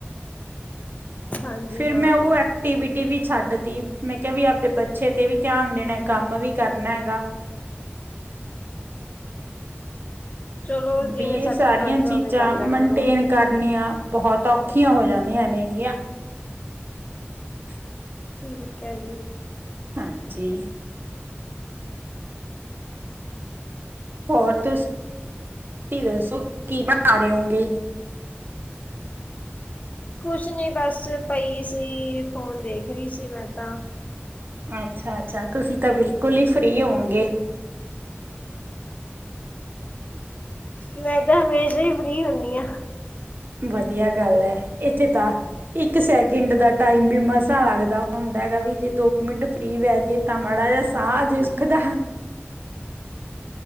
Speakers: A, on the left (about 35°); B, on the right (about 50°).
A: ਹਾਂਜੀ
B: ਫਿਰ
A: ਹਾਂ।
B: ਮੈਂ ਉਹ ਐਕ ਐਟੀਵਟੀ ਵੀ ਛੱਡ ਤੀ ਮੈਂ ਕਿਹਾ ਵੀ ਆਪਦੇ ਬੱਚੇ ਤੇ ਵੀ ਧਿਆਨ ਦੇਣਾ ਕੰਮ ਵੀ ਕਰਨਾ ਹੈਗਾ।
A: ਚਲੋ ਜਿਵੇਂ
B: ਵੀ ਇਹ
A: ਸੱਟ
B: ਸਾਰੀਆਂ
A: ਲੱਗਦਾ
B: ਚੀਜ਼ਾਂ
A: ਉਵੇਂ ਕਰ ਲਿਆ
B: ਮੇਨਟੇਨ
A: ਕਰੋ
B: ਕਰਨੀਆਂ ਬਹੁਤ ਔਖੀਆਂ ਹੋ ਜਾਂਦੀਆਂ ਨੇਗੀਆਂ। <inaudible>
A: ਠੀਕ ਐ ਜੀ।
B: ਹਾਂਜੀ ਹੋਰ ਤੁਸੀਂ ਦੱਸੋ ਕੀ ਬਣਾ ਰਏ ਹੋਗੇ?
A: ਕੁਛ ਨੀ ਬਸ ਪਈ ਸੀ ਫੋਨ ਦੇਖ ਰੀ ਸੀ ਮੈਂ ਤਾਂ
B: ਅੱਛਾ-ਅੱਛਾ ਤੁਸੀਂ ਤਾਂ ਬਿਲਕੁਲ ਈ ਫ੍ਰਰੀ ਓ ਗੇ।
A: ਮੈਂ ਤਾਂ ਹਮੇਸ਼ਾ ਹੀ ਫਰੀ ਹੁੰਨੀ ਆ।
B: ਵਧੀਆ ਗੱਲ ਐ ਇਥੇ ਤਾਂ ਇੱਕ ਸੈਕਿੰਡ ਦਾ ਟਾਈਮ ਵੀ ਮਸਾਂ ਲੱਗਦਾ ਹੁੰਦਾ ਹੈਗਾ ਵੀ ਜੇ ਦੋ ਮਿੰਟ ਫਰੀ ਵਹਿ ਜੇ ਤਾਂ ਮਾੜਾ ਜਾ ਸਾਹ ਆਜੇ ਸੁਖ ਦਾ